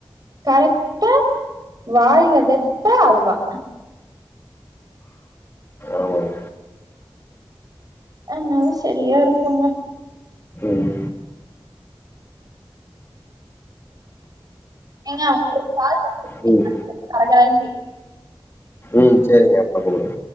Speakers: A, on the right; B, on the left.
A: கரெக்டா வாயில வெப்ப அழுவா
B: ஆமாங்க
A: ஆனாலு சரியா இருக்குங்க
B: ம்
A: ஏங்க <unintelligible>
B: ம்
A: கரகரன் கேக்கு
B: ம் செரிங்க அப்பற கூப்ட்றே